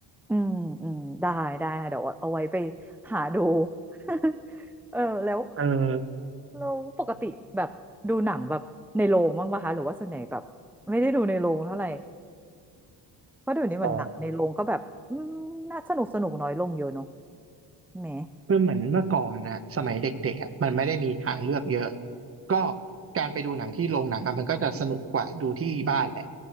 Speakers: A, in the centre; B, on the right (about 35°).
A: อืมอืมได้ได้ค่ะเดี๋ยวเอาไว้ไปหาดู <laughs> เออแล้ว
B: เออ
A: เราปกติแบบดูหนังแบบในโรงบ้างปะคะหรือว่าส่วนใหญ่แบบไม่ได้ดูในโรงเท่าไหร่เพราะเดี๋ยวนี้เหมันหนังในโรงก็แบบอืมน่าสนุกสนุกน้อยลงเยอะเนาะ
B: อ๋อ
A: แหม
B: คือเหมือนเมื่อก่อนนะสมัยเด็กๆอะมันไม่ได้มีทางเลือกเยอะก็การไปดูหนังที่โรงหนังอะมันก็จะสนุกกว่าดูที่บ้านแหละ